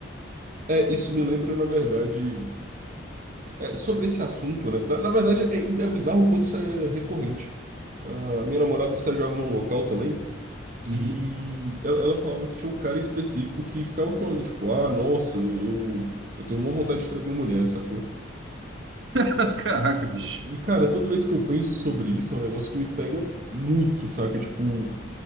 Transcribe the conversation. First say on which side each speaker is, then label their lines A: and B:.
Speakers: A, on the right; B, on the right.
A: É, isso me lembra, na verdade, é, sobre esse assunto, né? Na, na verdade, é, é bizarro o quanto isso é recorrente. Ah, minha namorada estagiava num local também
B: Uhum.
A: que ela, ela falava que tinha um cara específico que ficava falando, tipo, ah, nossa, eu, eu, eu tenho uma vontade de trair minha mulher, sacou?
B: <laughs> Caraca, bicho.
A: E, cara, toda vez que eu penso sobre isso, é um negócio que me pega muito, saca? Tipo,